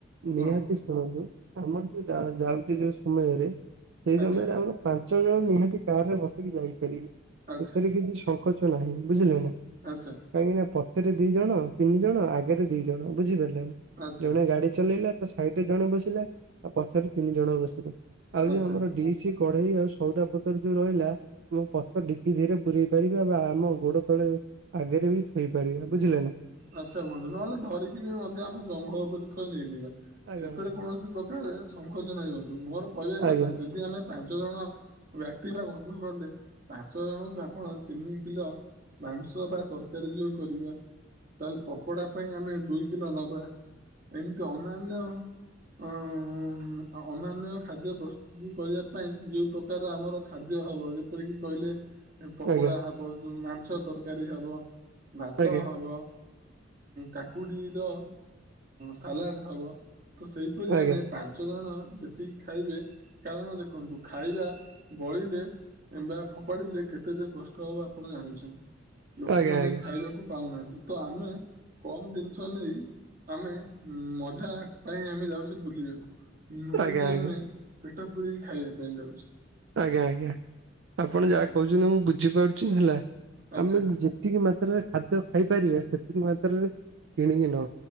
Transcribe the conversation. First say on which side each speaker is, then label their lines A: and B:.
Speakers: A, on the right; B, on the right.
A: କୁହ
B: ନିହାତି ଶୁଣନ୍ତୁ ଆମର ଯୋଉ ଯାଉଛି ଯୋଉ ସମୟରେ ସେଇ ସମୟରେ
A: ଆଚ୍ଛା
B: ଆମର ପାଞ୍ଚ ଜଣ ନିହାତି କାର ରେ ବସିକି ଯାଇପାରିବେ
A: ଆଚ୍ଛା
B: ଏଥିରେ କିଛି ସଙ୍କୋଚ ନାହିଁ ବୁଝିଲେ ନା
A: ଆଚ୍ଛା
B: କାହିଁକି ନା ପଛରେ ଦି ଜଣ ତିନି ଜଣ ଆଗରେ ଦି ଜଣ ବୁଝିପାରିଲାନି
A: ଆଚ୍ଛା
B: ଜଣେ ଗାଡି ଚଲେଇଲା ସାଇଟରେ ଜଣେ ବସିଲା ଆଉ ପଛରେ ତିନି ଜଣ ବସିଲା ଆଉ
A: ଆଚ୍ଛା
B: ଯୋଉ ଆମର ଡି କିଛି କଢେଇ ଆଉ ସଉଦା ପତର ଯୋଉ ରହିଲା ମୁଁ ପଛ ଡିକି ଧୀରେ ପୁରରେଇ ପାରିବି ବା ଆମ ଗୋଡ ତଳେ ଆଗରେ ବି ଥୋଇପାରିବା ବୁଝିଲେ ନା
A: ଆଚ୍ଛା ହୁହନ୍ତୁ ନହେଲେ ଧରିକି ବି ମଧ୍ୟ ଆମ ଜଙ୍ଗଲ ଉପରେ ଥୋଇ ନେଇଯିବା
B: ଆଜ୍ଞା
A: ସେଥିରେ
B: ଆଜ୍ଞା।
A: କୌଣସି ପ୍ରକାର ଏରେ ଶଙ୍ଖର୍ଚ ନାହିଁ ବନ୍ଧୁ ମୋର କହିବା
B: ଆଜ୍ଞା
A: କଥା ଯଦି ଆମେ ପାଞ୍ଚ ଜଣ ବ୍ୟକ୍ତି ବା ବନ୍ଧୁ କହଲେ ପାଞ୍ଚ ଜଣଙ୍କୁ ଆପଣ ତିନି କିଲୋ ମାଂସ ବା ତରକାରୀ ଯୋଉ କରିବା ତାହେଲେ ପକୋଡ଼ା ପାଇଁ ଆମେ ଦୁଇ କିଲୋ ନବା ଏମିତି ଅନ୍ୟାନ୍ୟ ଅ ଅନ୍ୟନ୍ୟ ଖାଦ୍ୟ ପ୍ରସ୍ତୁ କରିବା ପାଇଁ ଯୋଉ ପ୍ରକାର ଆମର ଖାଦ୍ୟ ହବ ଯେପରିକି କହିଲେ ପକୋଡ଼ା
B: ଆଜ୍ଞା
A: ହେବ ମାଂସ ତରକାରୀ ହେବ ଭାତ
B: ଆଜ୍ଞା
A: ହେବ କାକୁଡ଼ିର ସାଲାଡ଼ ହବ ତ ସେହିପରି
B: ଆଜ୍ଞା
A: ଆମେ ପା ପାଚ ଜଣ ଯେତିକି ଖାଇବେ କାରଣ ଦେଖନ୍ତୁ ଖାଇବା ବଳିଲେ ମ୍ବା ଫୋପାଡ଼ିଲେ କେତେ ଯେ କଷ୍ଟ ହବ ଆପଣ ଜାଣିଛନ୍ତି ଲୋକମାନେ
B: ଆଜ୍ଞା ଆଜ୍ଞା।
A: ଖାଇବାକୁ ପାଉନାହାନ୍ତି ତ ଆମେ କମ ଦିନ ନେଇ ଆମେ ମଜା ପାଇଁ ଆମେ ଯାଉଛେ ବୁଲିବାକୁ ନୁହେଁ
B: ଆଜ୍ଞା
A: ଯେ
B: ଆଜ୍ଞା
A: ଆମେ ପେଟ ପୁରିକି ଖାଇବା ପାଇଁ ଯାଉଛେ
B: ଆଜ୍ଞା ଆଜ୍ଞା ଆପଣ ଯାହା କହୁଛନ୍ତି ମୁଁ ବୁଝିପାରୁଛି ହେଲା
A: ଆଚ୍ଛା
B: ଆମେ ଯେତିକି ମାତ୍ରାରେ ଖାଦ୍ୟ ଖାଇପାରିବେ ସେତିକି ମାତ୍ରାରେ କିଣିକି ନ